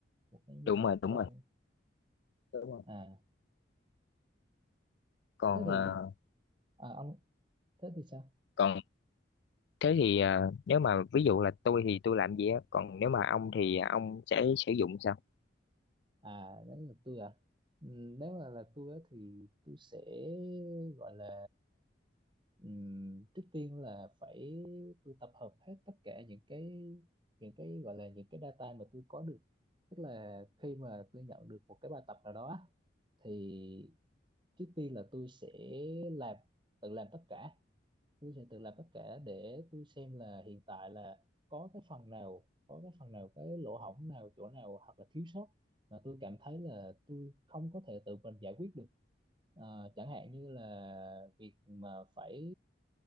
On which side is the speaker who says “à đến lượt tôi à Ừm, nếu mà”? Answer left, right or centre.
Right